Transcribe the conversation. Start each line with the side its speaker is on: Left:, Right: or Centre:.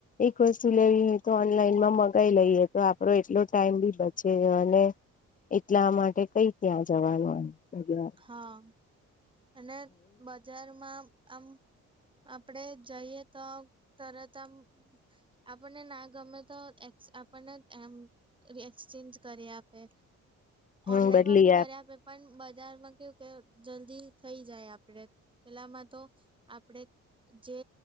Left: એક વસ્તુ લેવી તો ઓનલાઈનમાં મંગાઈ લઈએ, તો આપડો એટલો ટાઈમ બી બચે અને એટલા માટે કઈ ત્યાં જવાનું એમ બજાર
Right: હા! અને બજ્ જારમાં આમ આપડે જઈએ તો તરત આમ આપણને ના ગમે તો એક્સ આપણને એમ ર એક્સચેન્જ કરી આપે,
Left: હમ
Right: ઓનલાઈન
Left: બદલી
Right: માં બી કરી આપે પણ બજારમાં કેવું કે જલ્દી થઈ જાય, આપડે પેલામાં તો આપડે જે